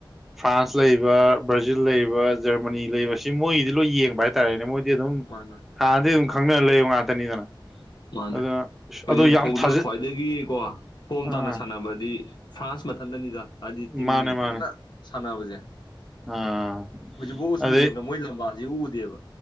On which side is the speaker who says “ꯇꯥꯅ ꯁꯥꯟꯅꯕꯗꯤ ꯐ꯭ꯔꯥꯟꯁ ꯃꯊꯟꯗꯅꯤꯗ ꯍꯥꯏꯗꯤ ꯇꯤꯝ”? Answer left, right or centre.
Left